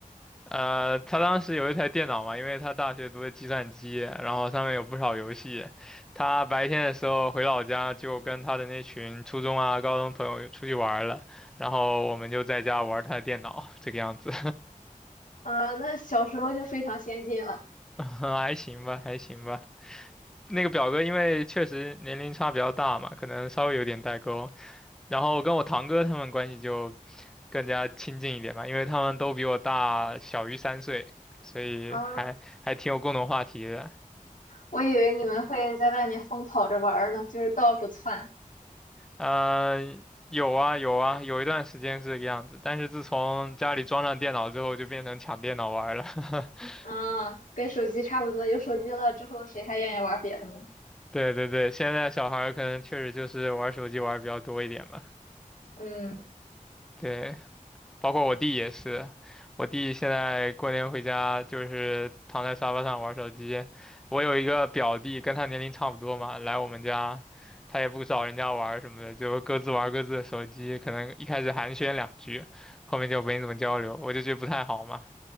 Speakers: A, in the centre; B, on the left.
A: 呃，他当时有一台电脑嘛，因为他大学读的计算机，然后上面有不少游戏。他白天的时候回老家，就跟他的那群初中啊、高中朋友出去玩儿了，然后我们就在家玩儿他的电脑，这个样子，
B: 啊，那小时候就非常先进了。
A: <laughs> 还行吧，还行吧。那个表哥因为确实年龄差比较大嘛，可能稍微有点代沟。然后跟我堂哥他们关系就更加亲近一点吧，因为他们都比我大小于三岁，所以还还挺有共同话题的。
B: 啊，我以为你们会在外面疯跑着玩儿呢，就是到处窜。
A: 嗯、有啊有啊，有一段时间是这个样子，但是自从家里装上电脑之后，就变成抢电脑玩儿了。<laughs>
B: 啊，跟手机差不多，有手机了之后，谁还愿意玩别的呢？
A: 对对对，现在小孩儿可能确实就是玩手机玩儿比较多一点吧。
B: 嗯。
A: 对，包括我弟也是，我弟现在过年回家就是躺在沙发上玩手机。我有一个表弟，跟他年龄差不多嘛，来我们家，他也不找人家玩儿什么的，就各自玩各自的手机。可能一开始寒暄两句，后面就没怎么交流，我就觉得不太好嘛。